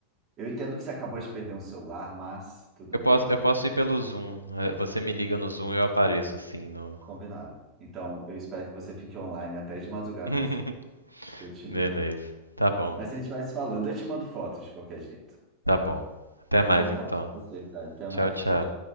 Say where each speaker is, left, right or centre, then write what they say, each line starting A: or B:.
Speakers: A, on the right (about 30°); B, on the right (about 80°).
A: Eu entendo que você acabou de perder um celular, mas tudo
B: Eu posso,
A: bem.
B: eu posso ir pelo Zoom. É, Você me liga no Zoom e eu apareço assim no.
A: Combinado. Então, eu espero que você fique online até de madrugada nesse
B: <laughs>
A: que eu te
B: Beleza.
A: ligo.
B: Tá bom,
A: Mas a gente vai se falando. Eu te mando fotos de qualquer jeito.
B: tá bom. Até mais
A: Bom falar
B: então.
A: com você, cara. Até
B: Tchau,
A: mais.
B: tchau.
A: Tchau, tchau.